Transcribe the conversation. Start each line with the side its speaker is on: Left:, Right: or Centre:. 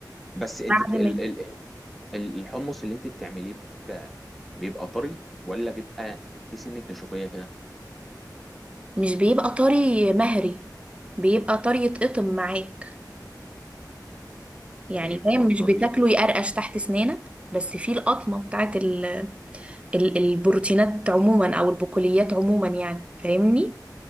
Centre: بس انت
Right: بعد
Centre: بت... ال...
Right: ما
Centre: ال... ال- الحمص اللي انت بتعمليه بقى بيبقى طري ولا بيبقى في سنة نشوفية كده
Right: مش بيبقى طري مهري بيبقى طري يتقطم معاك يعني
Centre: بيبقى
Right: فاهم مش
Centre: طري
Right: بتاكله يقرقش تحت سنانك بس فيه القطمة بتاعت ال... ال... البروتينات عموما او البقوليات عموما يعني فاهمني